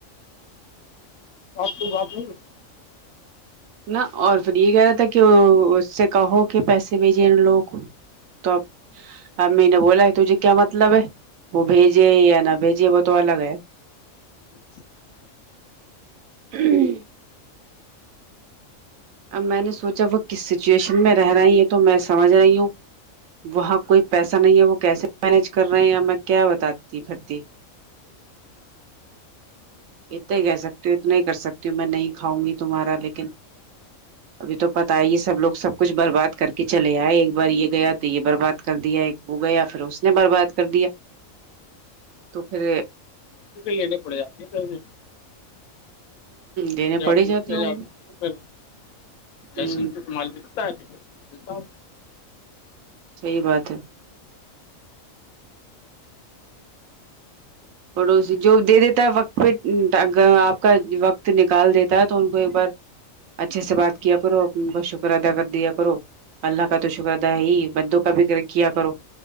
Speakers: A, on the left; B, on the right.
A: آپ لگ آپ نہیں
B: نا اور پھر یہ کہہ رہا تھا کہ اس سے کہو کہ پیسے بھیجے ان لوگوں کو تو اب امی نے بولا ہے تجھے کیا مطلب ہے وہ بھیجے یا نہ بھیجے وہ تو الگ ہے
A: <inaudible>
B: ہی اب میں نے سوچا وہ کس سچویشن میں رہے یہ تو میں سمجھ رہی ہوں وہاں کوئی پیسہ نہیں ہے وہ کیسے مینج کر رہے ہیں یا میں کیا بتاتی بھرتی اتنے ہی کہہ سکتی ہوں اتنا ہی کر سکتی ہوں میں نہیں کھاؤں گی تمہارا لیکن ابھی تو پتا ہے یہ سب لوگ سب کچھ برباد کر کے چلے آئے ایک بار یہ گیا تو یہ برباد کر دیا ایک وہ گیا پھر اس نے برباد کر دیا تو پھر
A: لینے پڑے جاتی ہیں
B: دینے پڑے
A: تو
B: جاتے
A: پھر
B: ہوں گے
A: جیسن
B: ہ
A: تو تمال لکھتا ہے ٹکٹلتا ہوں
B: صحیح بات ہے پڑوسی جو دے دیتا ہے وقت پہ آپ کا وقت نکال دیتا ہے تو ان کو ایک بار اچھے سے بات کیا کرو اپ کا شکر ادا کر دیا کرو اللہ کا تو شکر اد ہے ہی بدوں کا بھیکر کیا کرو